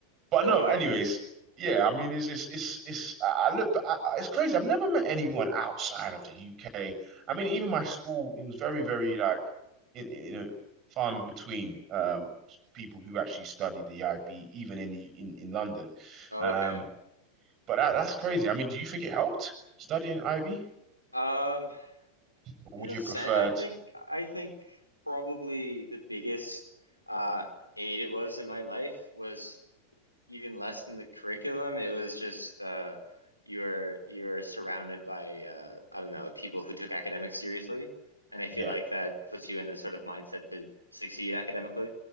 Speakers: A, on the right; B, on the left.
A: but
B: Well,
A: no,
B: uh,
A: anyways, yeah, I mean it's it's it's it's I I look, but I, I- it's crazy. I've never met anyone outside of the UK. I mean, even my school, it was very very like in in- you know far in between um people who actually studied the IB even in the in in London.
B: oh,
A: Um,
B: okay.
A: but that, that's crazy. I mean, do you think it helped studying IB,
B: Um,
A: or
B: in
A: would
B: a
A: you
B: sense,
A: have preferred?
B: I think I think probably the biggest uh aid it was in my life was even less than the curriculum. It was just uh you're you're surrounded by uh I don't know, people who took academics seriously. And I feel
A: Yeah.
B: like that puts you in the sort of mindset to succeed academically.